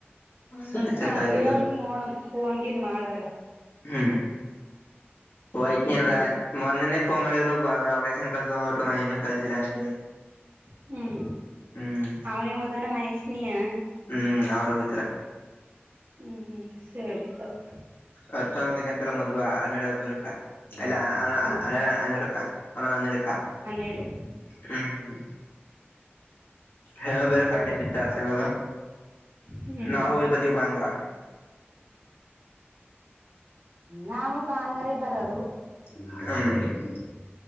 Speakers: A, on the left (about 65°); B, on the right (about 90°).
A: ಸರಿ ತಗ
B: ಹಂಗ
A: ಆಯ್ತು
B: ಹೇಳು ನೋಡಮ ಫೋನ್ಗಿನ್ ಮಾಡದ್ರ
A: ಹ್ಮ್ ವೈ <unintelligible>
B: ಹ್ಮ್
A: ಮೊನ್ನೆನೆ ಫೋನ್ ಮಾಡಿದ್ರು <unintelligible> ಕಳ್ಸ <unintelligible> ನ ಇನ್ನುೂ ಕಲಸಿಲ್ಲ ಅಷ್ಟೇ
B: ಹ್ಮ್
A: ಹ್ಮ್
B: ಅವನೇ ಹೋದಾನ ಮಹೇಶನಯ
A: ಹ್ಮ್ ಅವ್ರೇ ಹೋಯ್ತರ
B: ಹ್ಮ್ ಹ್ಮ್ ಸರಿ ತಕ
A: ಹತ್ತೊಂನದಕ ಅಂತಲ್ಲ ಮದುವೆ ಹನ್ನೆರಡು ಹಡ್ಮುರಕ್ಕ ಅಲ್ಲ ಅ
B: ಅದೇ
A: ಅ ಹನ್ನೆರುಡಕ್ಕ ಅಲ್ಲ ಹನ್ನೆರುಡಕ್ಕ
B: ಏಡು
A: ಹ್ಮ ಹೇಳಬೇಕು
B: ಹ್ಮ್
A: <unintelligible> ಬಿದ್ದಾಸ್ <unintelligible>
B: ಹ್ಮ್
A: ನಾವು ಹೋಗಿ ಬತೀವಿ ಭಾನುವಾರ
B: ನಾವು ಭಾನುವಾರೇ ಬರದು
A: ಹ್ಮ್